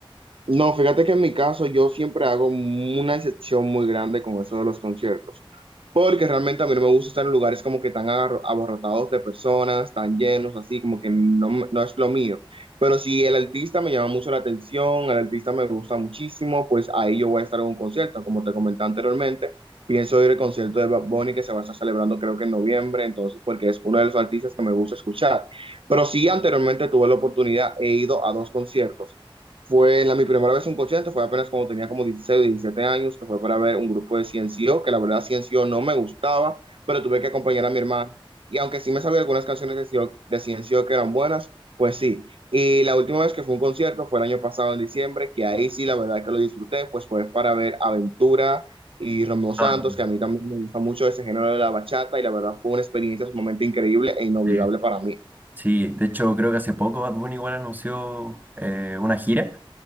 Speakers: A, on the right; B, on the right.
A: No, fíjate que en mi caso yo siempre hago una excepción muy grande con eso de los conciertos. Porque realmente a mí no me gusta estar en lugares como que tan agarro- abarrotados de personas, tan llenos, así, como que no, me- no es lo mío. Pero si el artista me llama mucho la atención, el artista me gusta muchísimo, pues ahí yo voy a estar en un concierto. Como te comenté anteriormente, pienso ir al concierto de Bad Bunny que se va a estar celebrando creo que en noviembre, entonces, porque es uno de los artistas que me gusta escuchar. Pero sí, anteriormente tuve la oportunidad, he ido a dos conciertos. Fue la, mi primera vez en un concierto, fue apenas cuando tenía como 16 o 17 años, que fue para ver un grupo de Ciencio, que la verdad Ciencio no me gustaba, pero tuve que acompañar a mi hermano. Y aunque sí me sabía algunas canciones de Ciencio, de Ciencio que eran buenas, pues sí. Y la última vez que fue un concierto fue el año pasado en diciembre, que ahí sí la verdad que lo disfruté, pues fue para ver Aventura y Romeo Santos,
B: Ah,
A: que a mí también me gusta mucho ese género de la bachata, y la verdad fue una experiencia sumamente increíble e inolvidable
B: sí.
A: para mí.
B: Sí, de hecho creo que hace poco Bad Bunny igual anunció eh, una gira